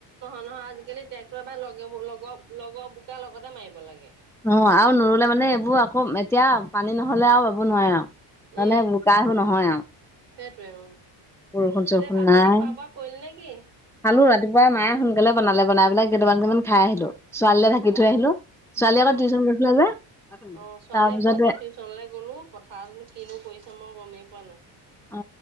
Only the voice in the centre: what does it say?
অ আৰু নোৰুলে মানে এইবোৰ আকৌ এতিয়া পানী নহলে আৰু বাব নোৱাৰে আও মানে
বোকা বোৰ নহয় আও।
বৰষুণ চৰষুণ
নাই
খালো ৰাতিপুৱাই মায় সোনকালে বনালে বনাই পেলাক কেইটামান কেইমান খাই আহিলো। ছোৱালীলৈ ঢাকি
থৈ আহিলো। ছোৱালী
আকৌ টিউচন
গৈছিলে যে
তাৰপিছতে
অ